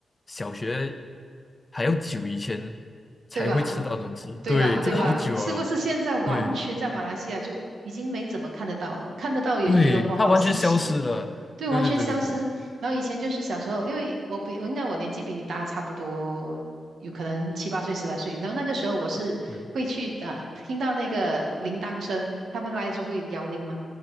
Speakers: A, on the left (about 30°); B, on the right (about 75°).
A: 小学还要久以前才会吃到的东西，
B: 对吧？对吧？
A: 对，这个好久了咯
B: 对吧？是不是现在完全在马来西亚就已经没怎么看得到了？
A: 对
B: 看得到也是觉得哇，
A: 对，它完全消失了，
B: 好稀奇呀、对，
A: 对对对对对。
B: 完全消失。然后以前就是小时候，因为我比我应该我年纪比你大差不多，有可能七八岁、十来岁。然后那个时候我是会去啊、
A: 嗯
B: 听到那个铃铛声，他们来的时候会摇铃嘛。